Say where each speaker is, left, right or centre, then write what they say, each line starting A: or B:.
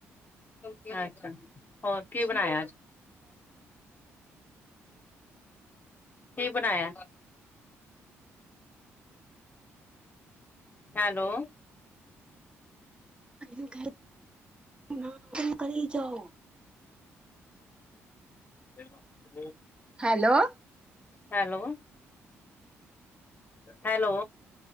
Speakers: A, on the left; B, on the right.
A: ਹੋਰ ਕੀ ਬਣਾਇਆ, ਕੀ ਬਣਾਇਆ। ਹੈਲੋ।
B: <unintelligible> ਗਰਮ ਕਰੀ ਜਾਓ।
A: <inaudible>
B: ਹੈਲੋ‌।
A: ਹੈਲੋ। ਹੈਲੋ।